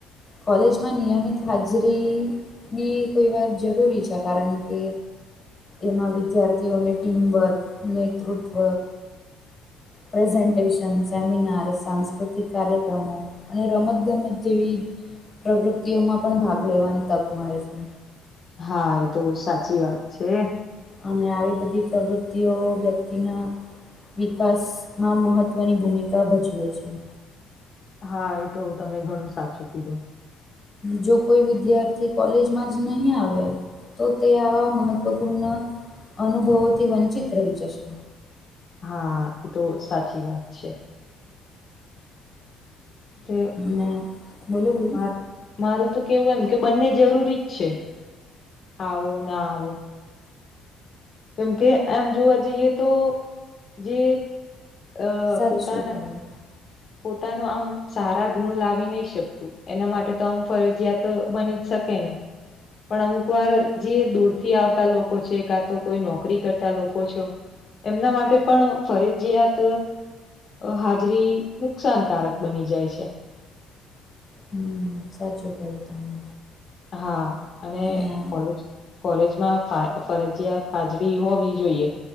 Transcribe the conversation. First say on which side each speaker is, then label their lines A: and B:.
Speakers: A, on the left; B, on the left.
A: કોલેજમાં નિયમિત હાજરી ભી કોઈ વાર જરૂરી છે. કારણ કે એમાં વિદ્યાર્થીઓને ટીમવર્ક, નેતૃત્વ, પ્રેઝન્ટેશનસ, મીનાર સાંસ્કૃતિક, કાર્યક્રમો અને રમત-ગમત જેવી પ્રવૃત્તિઓમાં પણ ભાગ લેવાની તક મળે છે.
B: હા એ તો સાચી વાત છે.
A: અને આવી બધી પ્રવૃત્તિઓ વ્યક્તિના વિકાસમાં મહત્ત્વની ભૂમિકા ભજવે છે.
B: હા એ તો તમે ઘણું સાચું કીધું.
A: જો કોઈ વિદ્યાર્થી કોલેજમાં જ નહી આવે તો તે આવા મહત્વપૂર્ણ અનુભવોથી વંચિત રહી જશે.
B: હા એ તો સાચી વાત છે. એ
A: ને બોલો બોલો
B: હ. મારું તો કેવું એમ કે બંને જરૂરી જ છે આવો ના આવો કેમકે એમ જોવા જઈએ તો જે અ
A: સાચું
B: પોતાના
A: કહ્યું
B: પોતાનું આમ સારા ગુણ લાવી નહી શકતું. એના માટે તો આમ ફરજયાત બની જ શકે ને. પણ અમુક વાર જે દૂરથી આવતા લોકો છે કાં તો કોઈ નોકરી કરતા લોકો છો એમના માટે પણ ફરજયાત હાજરી નુકસાનકારક બની જાય છે.
A: હમ્મ સાચું કહ્યું તમે.
B: હા અને
A: ને
B: કોલેજ કોલેજમાં ફરજિયાત હાજરી હોવી જોઈએ.